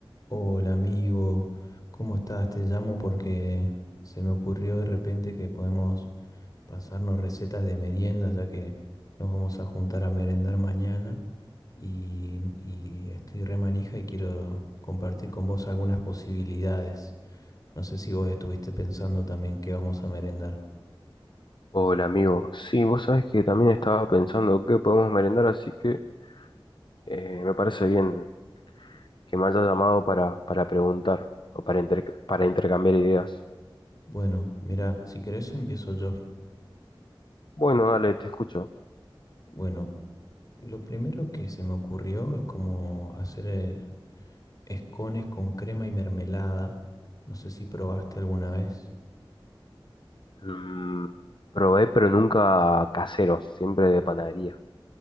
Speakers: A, on the left; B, on the left.
A: Hola amigo, ¿cómo estás? Te llamo porque se me ocurrió de repente que podemos pasarnos recetas de meriendas, ya que nos vamos a juntar a merendar mañana y, y estoy re manija y quiero compartir con vos algunas posibilidades. No sé si vos estuviste pensando también qué vamos a merendar.
B: Hola amigo, sí, vos sabés que también estaba pensando qué podemos merendar, así que eh, me parece bien que me haya llamado para, para preguntar o para, interc- para intercambiar ideas.
A: Bueno, mira, si querés empiezo yo.
B: Bueno, dale, te escucho.
A: Bueno, lo primero que se me ocurrió es como hacer eh, escones con crema y mermelada. No sé si probaste alguna vez.
B: Mm, probé, pero nunca caseros, siempre de panadería.